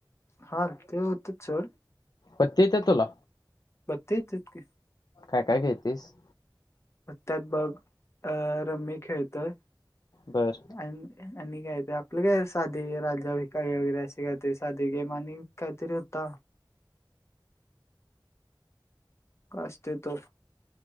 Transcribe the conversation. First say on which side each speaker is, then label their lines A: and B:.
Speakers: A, on the left; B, on the left.
A: हां, ते होतंच सोड.
B: पत्ते येत्यात तुला?
A: पत्ते येत्यात की
B: काय काय खेळतीस
A: पत्त्या हायत बग अ रम्मी खेळतोय
B: बर
A: आणि आणि काय ते आपलं काय साधे राजा भिकारी वगैरे असे काय ते साधे गेम आणि काहीतरी होता असते तो